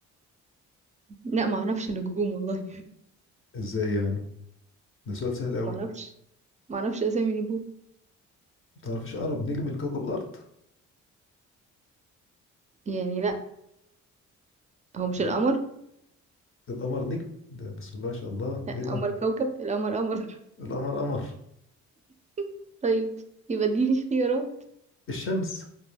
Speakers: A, on the right; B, on the left.
A: لا ما اعرفش نجوم والله
B: ازاي يعني ده سؤال سهل قوي
A: ما اعرفش ما اعرفش اسامي نجوم
B: ما تعرفش اقرب نجم لكوكب الارض
A: يعني لا هو مش
B: ي-
A: القمر
B: القمر نجم ده بسم الله ما شاء الله
A: لا
B: ايه
A: القمر
B: ده
A: كوكب القمر قمر
B: القمر قمر
A: <laughs> طيب يبقى اديني اختيارات
B: الشمس